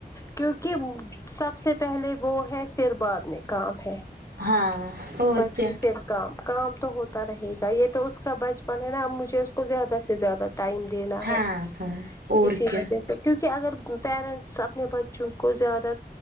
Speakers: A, on the left; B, on the right.
A: کیونکہ سب سے پہلے وہ ہے پھر بعد میں کام ہے
B: ہاں اور
A: <unintelligible>
B: کیا
A: پھر کام کام تو ہوتا رہے گا یہ تو اس کا بچپن ہے نا اب مجھے اس کو زیادہ سے زیادہ ٹائم دینا
B: ہاں
A: ہے
B: ہاں اور
A: اسی
B: کیا
A: وجہ سے کیونکہ اگر پیرنٹس اپنے بچوں کو زیادہ